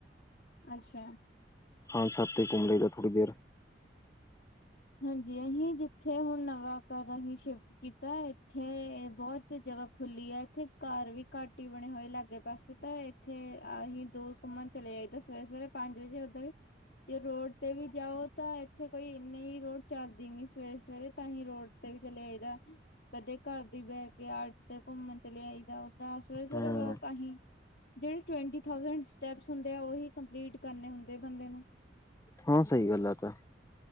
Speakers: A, on the left; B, on the left.
A: ਅੱਛਾ।
B: ਥਾਂ ਥਾਂ ਤੇ ਘੁੰਮੇਗਾ ਥੋੜੀ ਦੇਰ।
A: ਹਾਂਜੀ, ਹਈ ਜਿੱਥੇ ਹੁਣ ਨਵਾਂ ਕਰ ਗੀ ਸ਼ਿਵ। ਕੀਤਾ ਇੱਥੇ ਬਹੁਤ ਜਗ੍ਹਾ ਖੁੱਲੀ ਆ, ਇੱਥੇ ਘਰ ਵੀ ਘੱਟ ਹੀ ਬਣੇ ਹੋਏ ਲਾਗੇ ਪਾਸੇ ਤਾਂ। ਇੱਥੇ ਅਸੀਂ ਦੋ ਸਮਾਂ ਚਲੇ ਸਵੇਰੇ- ਸਵੇਰੇ ਪੰਜ ਵਜੇ ਉਦਾਂ ਵੀ। ਜੇ ਰੋਡ ਤੇ ਵੀ ਜਾਓ, ਤਾਂ ਇੱਥੇ ਕੋਈ ਇੰਨੀ। ਰੋਡ ਚੱਲਦੀ ਨੀ ਸਵੇਰੇ -ਸਵੇਰੇ, ਤਾਂ ਹੀ ਰੋਡ ਤੇ ਵੀ ਚੱਲੇ ਆਈਦਾ। ਕਦੇ ਘਰ ਦੀ ਬੈਕ ਆੜ ਤੇ ਘੁੰਮਣ ਚਲੇ, ਆਈਦਾ ਓਦਾਂ ਸਵੇਰੇ -ਸਵੇਰੇ
B: ਹਮ
A: ਵੋਕ ਆਹੀ। ਜਿਹੜੇ ਟਵਟੀਥਡ ਥਰਟੀਥ ਸੈਟਪ ਹੰਦੇ, ਉਹੀ ਕੰਪਲੀਟ ਕਰਨੇ ਹੁੰਦੇ ਆ ਬੰਦੇ ਨੂੰ।
B: ਹਾਂ ਸਹੀ ਗੱਲ ਤਾਂ।